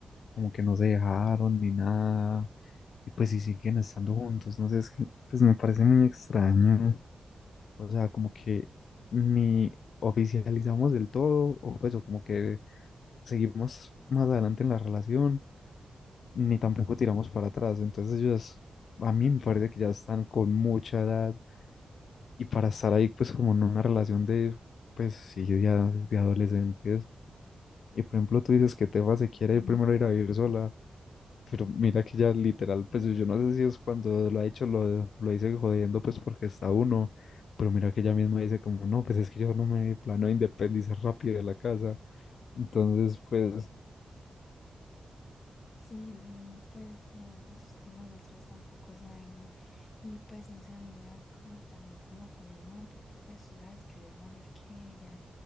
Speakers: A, on the left (about 75°); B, on the left (about 40°).
A: como que no se dejaron ni nada. Y pues si siguen estando juntos, no sé, es que pues me parece muy extraño. O sea, como que ni oficializamos del todo o pues o como que seguimos más adelante en la relación ni tampoco tiramos para atrás. Entonces ellos a mí me parece que ya están con mucha edad y para estar ahí, pues como en una relación de, pues sí, de, a- de adolescentes. Y por ejemplo, tú dices que Tefa se quiere ir primero ir a vivir sola, pero mira que ya literal, pues yo no sé si es cuando lo ha hecho, lo, lo dice jodiendo, pues porque está uno, pero mira que ella misma dice como, no, pues es que yo no me planeo independizar rápido de la casa. Entonces, pues
B: Sí, sí, pues no, pues es que nosotros tampoco sabemos. Y pues no sé, a mí me da cosa también como con el man, porque pues tú sabes que él es mayor que ella